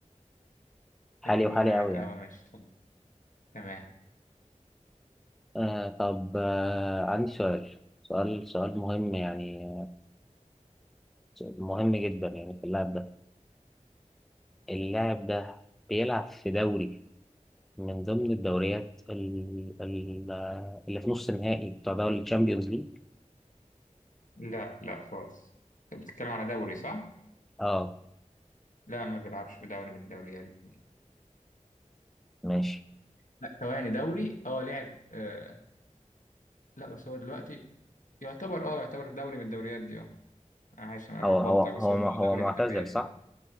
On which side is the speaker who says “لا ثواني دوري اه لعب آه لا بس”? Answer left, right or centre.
Left